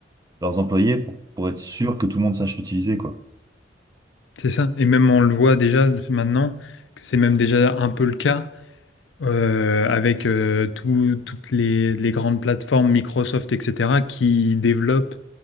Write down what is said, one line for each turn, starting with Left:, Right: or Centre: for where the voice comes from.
Right: leurs employés pour, pour être sûr que tout le monde sache l'utiliser, quoi.
Left: C'est ça. Et même on le voit déjà maintenant, que c'est même déjà un peu le cas euh, avec euh, tout- toutes les, les grandes plateformes, Microsoft, etc., qui développent